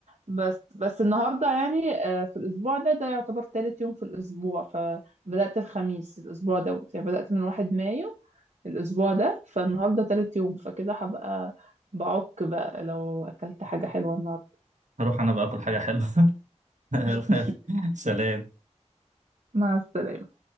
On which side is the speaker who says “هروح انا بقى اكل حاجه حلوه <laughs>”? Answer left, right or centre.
Right